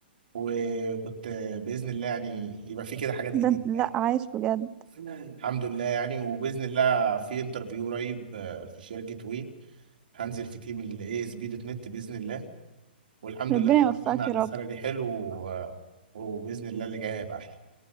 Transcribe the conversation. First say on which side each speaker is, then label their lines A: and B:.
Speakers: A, on the right; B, on the right.
A: وكنت بإذن الله يعني يبقى في كده حاجات جديدة
B: ده لا
A: يعني
B: عايش بجد
A: الحمد لله يعني وبإذن الله في انترفيو قريب آه، في شركة وي هنزل في تيم ال ASP دوت نت بإذن الله والحمد
B: ربنا
A: لله إن اتفقنا
B: يوفقك
A: على
B: يا رب
A: سالري حلو و... وبإذن الله اللي جاي هيبقى أحلى